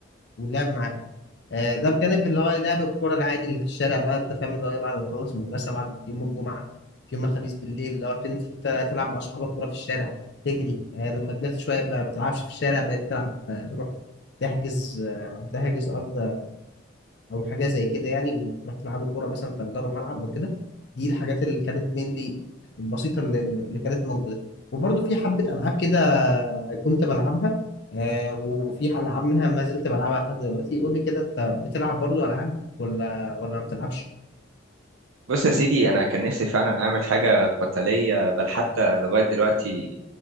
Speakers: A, on the left (about 60°); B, on the right (about 85°).
A: واللعب معاهم آه، ده بجانب اللي هو لعب الكورة العادي اللي في الشارع بقى أنت فاهم اللي هو إيه بعد ما تخلص المدرسة بعد يوم الجمعة في يوم الخميس بالليل اللي هو تنزل تل- تلعب مع أصحابك كورة في الشارع تجري آه، لما كبرت شوية ما بتلعبش في الشارع بقيت تلعب آه، تروح تحجز آه، تحجز أرض او حاجه زي كده يعني وتروح تلعبوا كوره مثلا تأجروا ملعب او كده دي الحاجات اللي كانت مينلي البسيطه اللي, اللي كانت موجوده وبرضه في حبه العاب كده كنت بلعبها آه وفي العاب منها ما زلت بلعبها لحد دلوقتي قول لي كده انت بتلعب برضه العاب ولا ولا ما بتلعبش
B: بص يا سيدي أنا كان نفسي فعلا أعمل حاجة قتالية بل حتى لغاية دلوقتي